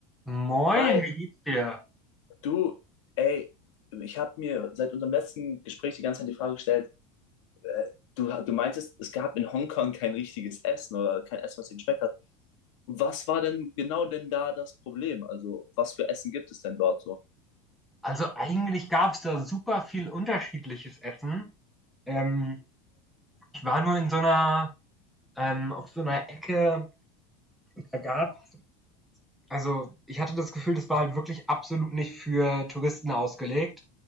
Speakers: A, in the centre; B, on the left.
A: Moin,
B: Hi,
A: wie geht's dir?
B: du, ey, ich habe mir seit unserem letzten Gespräch die ganze Zeit die Frage gestellt, äh, du, du meintest, es gab in Hongkong kein richtiges Essen oder kein Essen, was dir geschmeckt hat. Was war denn genau denn da das Problem? Also, was für Essen gibt es denn dort so?
A: Also eigentlich gab es da super viel unterschiedliches Essen. Ähm, ich war nur in so einer, ähm, auf so einer Ecke, da gab's, also ich hatte das Gefühl, das war halt wirklich absolut nicht für Touristen ausgelegt.